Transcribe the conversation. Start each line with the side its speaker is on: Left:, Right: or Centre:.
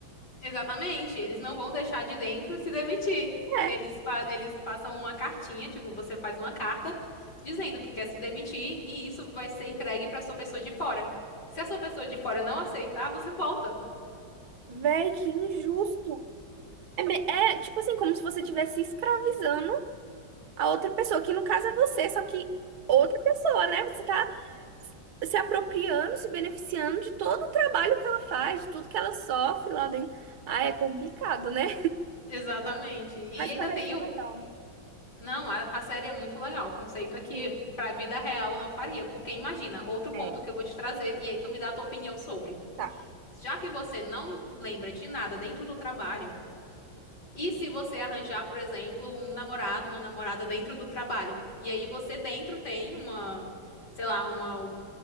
Left: Exatamente, eles não vão deixar de dentro se demitir.
Right: É.
Left: Eles, fa- eles passam uma cartinha, tipo, você faz uma carta dizendo que quer se demitir e isso vai ser entregue para sua pessoa de fora. Se a sua pessoa de fora não aceitar, você volta.
Right: Véi, que injusto. É, me- é, tipo assim, como se você estivesse escravizando a outra pessoa, que no caso é você, só que outra pessoa, né? Você tá se apropriando, se beneficiando de todo o trabalho que ela faz, de tudo que ela sofre lá dentro. Ah, é complicado, né?
Left: Exatamente. E
Right: Mas
Left: ainda
Right: parece
Left: tem
Right: ser
Left: o
Right: legal.
Left: Não, a, a série é muito legal. O conceito é que
Right: Sim.
Left: pra vida real eu não faria, porque imagina, outro ponto
Right: É.
Left: que eu vou te trazer e aí tu me dá a tua opinião sobre.
Right: Tá.
Left: Já que você não lembra de nada dentro do trabalho, e se você arranjar, por exemplo, um namorado, uma namorada dentro do trabalho, e aí você dentro tem uma, sei lá, uma